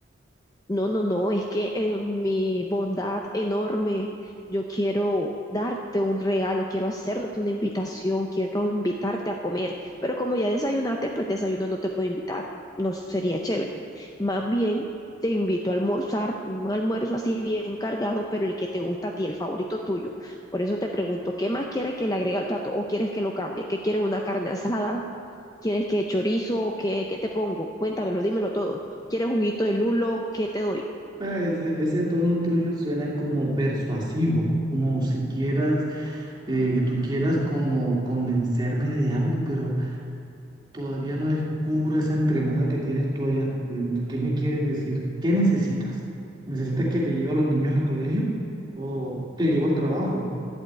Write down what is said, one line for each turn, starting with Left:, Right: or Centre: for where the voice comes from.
Left: No, no, no, es que en mi bondad enorme yo quiero darte un regalo, quiero hacerte una invitación, quiero invitarte a comer, pero como ya desayunaste, pues desayuno no te puedo invitar, no sería chévere. Más bien te invito a almorzar, un almuerzo así bien cargado, pero el que te gusta a ti, el favorito tuyo. Por eso te pregunto, ¿qué más quieres que le agregue al plato o quieres que lo cambie? ¿Qué quieres una carne asada? ¿Quieres que chorizo? ¿Qué, qué te pongo? Cuéntamelo, dímelo todo. ¿Quieres juguito de lulo? ¿Qué te doy?
Right: Ah, Ese, ese tono tuyo suena como persuasivo, como si quieras, eh, que tú quieras como convencerme de algo, pero Todavía no descubro esa entremada que tienes tú allá. de- ¿Qué me quieres decir? ¿Qué necesitas? ¿Necesitas que te lleve a los niños al colegio? ¿O te llevo al trabajo?